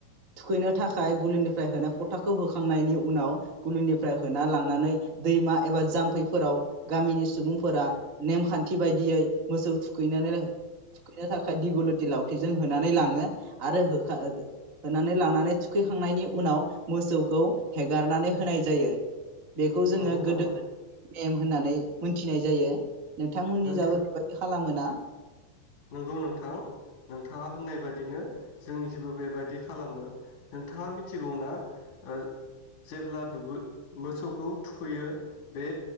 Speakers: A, on the right (about 55°); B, on the left (about 50°).
A: थुखैनो थाखाय गुलिनिफ्राय होना फथाखौ होखांनायनि उनाव गुलिनिफ्राय होना लांनानै दैमा एबा जाम्फैफोराव गामिनि सुबुंफोरा नेमखान्थि बायदियै मोसौ थुखैनानै थुखैनो थाखाय दिगुलथि लावथिजों होनानै लाङो आरो होखा दो होनानै लांनानै थुखैखांनायनि उनाव मोसौखौ हेगारनानै होनाय जायो बेखौ जोङो
B: नंगौ नामा
A: गोदो गोदायनि एम होननानै मोनथिनाय जायो नोंथांमोननि
B: नोंथां
A: जाबोयै बेबायदि खालामोना?
B: नंगौ नोंथां नों थाङा होननाय बादिनो जोंनिखिबो बेबायाददि खालामो नोंथाङा मिथिगौना ओ जेब्ला दुगै मोसौखौ थुखैयो बे